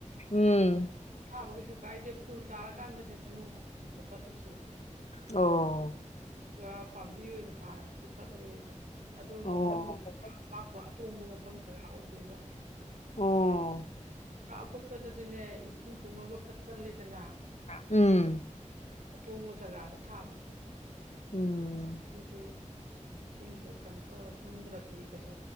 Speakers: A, on the left; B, on the right.
A: ꯎꯝ
B: ꯊꯥꯕ ꯀꯩꯁꯨ ꯀꯥꯏꯗꯦ ꯐꯨꯜ ꯇꯥꯔꯀꯥꯟꯗ ꯍꯦꯟꯅꯣꯡꯗ ꯄꯠꯂꯤꯁꯦ
A: ꯑꯣ
B: ꯑꯥ ꯄꯥꯝꯕꯤ ꯑꯣꯏꯅ ꯊꯥꯔꯒꯗꯤ ꯐꯠꯂꯣꯏꯌꯦꯕ ꯑꯗꯨ
A: ꯑꯣ
B: ꯃꯐꯝꯗꯨꯗꯤ ꯑꯄꯥꯝꯕ ꯑꯇꯣꯡꯕ ꯃꯐꯝ ꯗꯔꯀꯥꯔ ꯑꯣꯏꯗꯣꯏꯕ
A: ꯑꯣ
B: ꯑꯀꯨꯠꯄꯗꯗꯤꯅꯦ ꯏꯁꯤꯡ ꯇꯨꯡꯉꯒ ꯄꯠꯀꯜꯂꯤꯗꯅ
A: ꯎꯝ
B: ꯑꯇꯣꯡꯕ ꯖꯒꯥꯗ ꯊꯥꯕ
A: ꯎꯝ
B: ꯑꯗꯨꯗꯤ ꯏꯁꯤꯡꯁꯨ ꯀꯩꯅꯣ ꯇꯧꯔ ꯇꯨꯡꯗ꯭ꯔꯗꯤ ꯀꯩꯁꯨ